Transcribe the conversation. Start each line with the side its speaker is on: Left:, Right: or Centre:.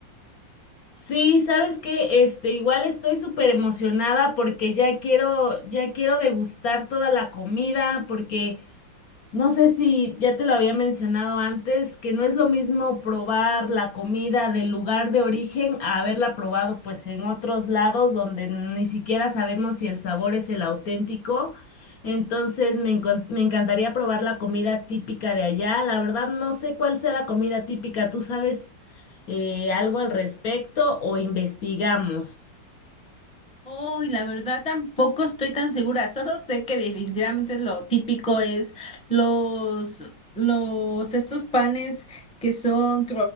Left: Sí, ¿sabes que Este, igual estoy súper emocionada porque ya quiero, ya quiero degustar toda la comida, porque No sé si ya te lo había mencionado antes, que no es lo mismo probar la comida del lugar de origen a haberla probado pues en otros lados donde ni siquiera sabemos si el sabor es el auténtico. Entonces me, encon- me encantaría probar la comida típica de allá. La verdad no sé cuál sea la comida típica. ¿Tú sabes eh, algo al respecto o investigamos?
Centre: Oh, y la verdad tampoco estoy tan segura, <laughs> solo sé que definitivamente lo típico es los, los, estos panes que son